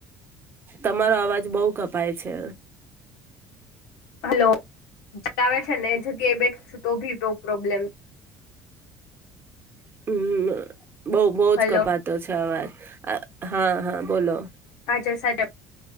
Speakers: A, on the right (about 30°); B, on the left (about 80°).
A: તમારો અવાજ બહુ કપાય છે
B: હલો ચલાવે છે ને એ જગ્યાએ બેઠું તો ભી પ્રોબ્લેમ
A: હમ બઉ બહ
B: હલો
A: જ કપાતો છે આવાજ હા હા બોલો
B: હચર સાચ